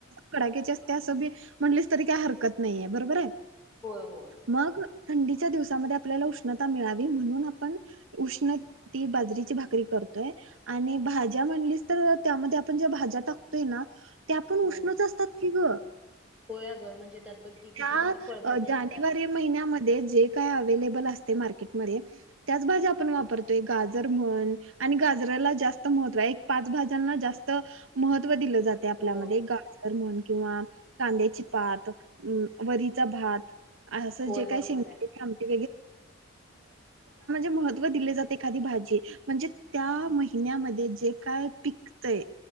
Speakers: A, on the right (about 65°); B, in the centre.
A: कडाक्याचे असते असं पण म्हणलीस तरी काही हरकत नाही बरोबर आहे?
B: होय होय
A: मग थंडीच्या दिवसामध्ये आपल्याला उष्णता मिळावी म्हणून आपण उष्ण ती बाजरीची भाकरी करतोय आणि भाज एकत्र करतो भाज्या म्हणली तर त्यामध्ये आपण ज्या भाज्या टाकतोय ना त्या पण
B: होय
A: उष्णच असतात की ग
B: होय अगं म्हणजे त्यात बघ की किती
A: त्या
B: भा फळभाजी असतात
A: जानेवारी महिन्यामध्ये जे काय उपलब्ध आहे ज्या भाज्या उपलब्ध असतात त्याच आपण वापरतो जसे की गाजरम्हण एक पाच भाज्यांना जास्त महत्व दिलं जात आपल्यामध्ये
B: होय
A: गाजर म्हण किंवा कांद्याची पात, वरई चा भात असं
B: होय
A: जे
B: बरोबर
A: काय शेंगदाण्याची
B: आहे
A: आमटी म्हणजे एखादी भजी, त्या महिन्या मध्ये जे काय पिकतय